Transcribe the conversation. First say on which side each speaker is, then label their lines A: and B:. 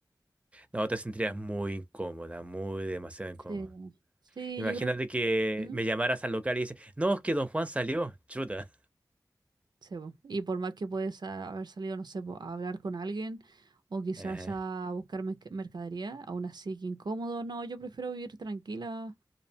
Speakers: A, on the right; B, on the right.
A: No, te sentirías muy incómoda, muy demasiado incómoda.
B: Sí, sí,
A: Imagínate
B: yo creo
A: que
B: que... ¿Mm?
A: me llamaras al local y dices, no, es que don Juan salió. Chuta.
B: Sí, po. Y por más que puedes ah, haber salido, no sé, po, a hablar con alguien o quizás
A: Ajá.
B: a buscar merc- mercadería, aún así que incómodo, no, yo prefiero vivir tranquila